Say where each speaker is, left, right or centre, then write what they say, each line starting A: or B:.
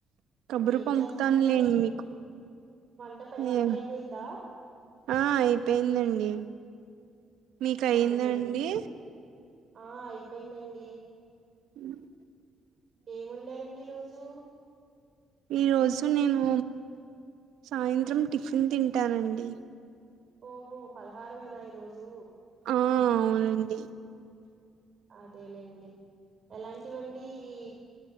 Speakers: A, on the right (about 80°); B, on the right (about 45°).
A: కబురు
B: ఏం
A: పంపుతానులేండి
B: చేస్తున్నారండి
A: మీకు
B: వంట ప వంట
A: ఏ
B: అయిపోయిందా
A: ఆ అయిపోయిందండి మీకు అయ్యిందండి
B: అదేలేండి ఆ అయిపోయిందండి
A: ఉ
B: ఏముండారండి ఈ రోజు
A: ఈరోజు నేను సాయంత్రం టిఫిన్ తింటానండి
B: ఓహో ఫలహారమేనా ఈ రోజు
A: ఆ అవునండి
B: అదే లేండి ఎలాంటివండి ఈ